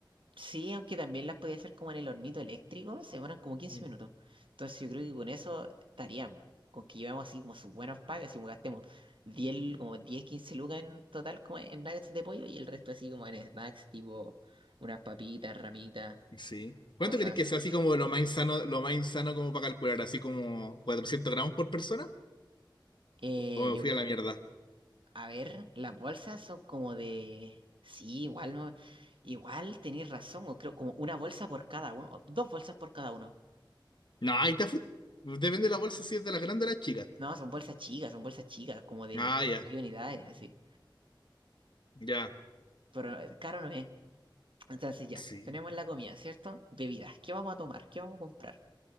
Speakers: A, on the right (about 80°); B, on the left (about 65°).
A: Sí, aunque también las podía hacer como en el hornito eléctrico, se demoran como quince
B: Mm.
A: minutos. Entonces yo creo que con eso estaríamos, con que llevamos así como sus buenos packs, así como gastemos 10 como 10 15 lucas en total como en nuggets de pollo y el resto así como en snacks, tipo unas papitas, ramitas,
B: Sí. ¿Cuánto
A: cosas
B: crees que
A: así.
B: sea así como lo más insano, lo más insano como para calcular? ¿Así como 400 gramos por persona?
A: Eh,
B: ¿O me
A: yo
B: fui
A: creo,
B: a la mierda?
A: a ver, las bolsas son como de, sí, igual, no- igual tenéis razón, o creo como una bolsa por cada uno, o dos bolsas por cada uno.
B: No, ahí te fuiste. Depende de la bolsa si es de las grandes o las chicas.
A: No, son bolsas chicas, son bolsas chicas, como de
B: Ah, ya,
A: seis unidades, así.
B: ya.
A: pero eh, caro no es. Entonces ya,
B: Sí.
A: tenemos la comida, ¿cierto? Bebidas, ¿qué vamos a tomar? ¿Qué vamos a comprar?